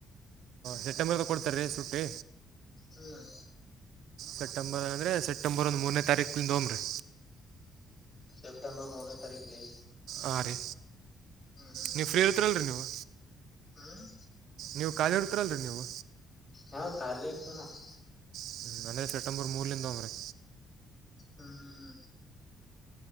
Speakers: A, on the right (about 80°); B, on the left (about 20°).
A: ಸೆಪ್ಟೆಂಬರ್ಗೆ ಕೊಡ್ತಾರೆ ರೀ ಸುಟ್ಟಿ,
B: ಹ್ಮ್
A: ಸೆಪ್ಟೆಂಬರ್ ಅಂದ್ರೆ ಸೆಪ್ಟೆಂಬರ್ ಒಂದು ಮೂರನೇ ತಾರೀಕಿಂದ ಹೊಗಮ್ ರೀ.
B: ಸೆಪ್ಟೆಂಬರ್ ಮೂರನೇ ತಾರೀಖ್ ರಿ.
A: ಹಾಂ ರೀ
B: ಹ್ಮ್
A: ನೀವು ಫ್ರೀ ಇರ್ತರಲ್ರಿ ನೀವು
B: ಹ್ಮ್
A: ನೀವು ಖಾಲಿ ಇರ್ತೀಲ್ರಿ ನೀವು.
B: ಹಾವ ಖಾಲೇ ಇರ್ತೇನ ನಾವು.
A: ಹ್ಮ ಅಂದ್ರೆ ಸೆಪ್ಟೆಂಬರ್ ಮೂರ್ಲಿಂದ ಹೋಮರಿ.
B: ಹ್ಮ್